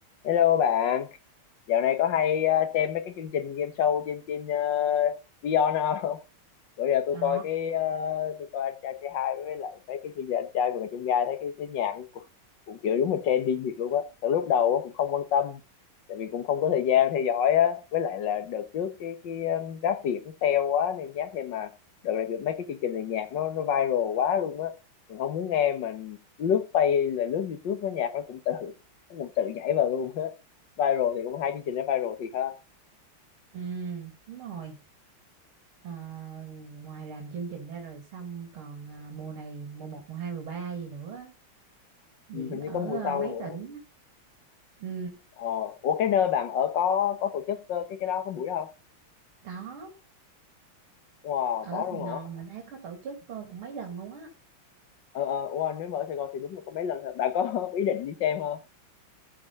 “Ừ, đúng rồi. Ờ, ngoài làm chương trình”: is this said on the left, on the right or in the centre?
Right